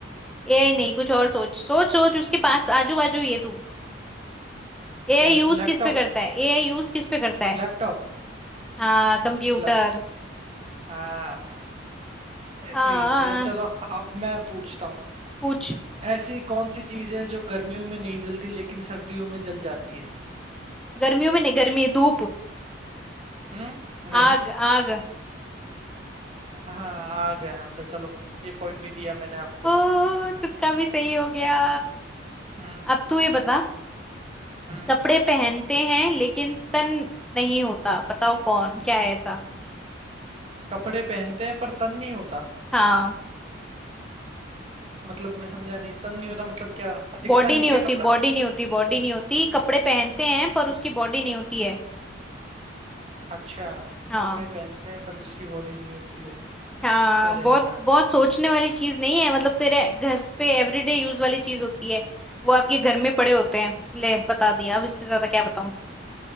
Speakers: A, in the centre; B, on the right.
A: एआई नहीं कुछ और सोच सोच सोच उसके पास आजू बाजू ये तू
B: तो
A: एआई
B: क्या
A: यूज
B: लैपटॉप
A: किस पे करता है एआई यूज किस पे करता है
B: लैपटॉप
A: हाँ कंप्यूटर
B: ल, आ, ये
A: हाँ
B: तो इजी है अब चलो अब मैं पूछता हूँ
A: पूछ
B: ऐसी कौन सी चीज है जो गर्मियों में नहीं जलती लेकिन सर्दियों में जल जाती है
A: गर्मियों में नहीं गर्मी धूप
B: हम्म नहीं
A: आग आग
B: हाँ आ गया आंसर चलो ये पॉइंट भी दिया मैंने आपको
A: ओ तुक्का भी सही हो गया
B: हम्म
A: अब तू ये बता
B: हम्म।
A: कपड़े पहनते हैं लेकिन तन नहीं होता बताओ कौन क्या है ऐसा
B: कपड़े पहनते हैं पर तन नहीं होता
A: हाँ
B: मतलब मैं समझा नहीं तन नहीं होता मतलब क्या दिखता
A: बॉडी
B: नहीं
A: नहीं
B: क्या
A: होती
B: कपड़ा
A: बॉडी नहीं होती बॉडी नहीं होती कपड़े पहनते हैं पर उसकी बॉडी नहीं होती है
B: अच्छा
A: हाँ
B: कपड़े पहनते हैं पर जिसकी बॉडी नहीं होती है
A: हाँ
B: क्या
A: बहुत
B: रहेगा
A: बहुत सोचने वाली चीज नहीं है मतलब तेरे घर पे एवरीडे यूज वाली चीज होती है वो आपके घर में पड़े होते हैं ले बता दिया अब इससे ज्यादा क्या बताऊं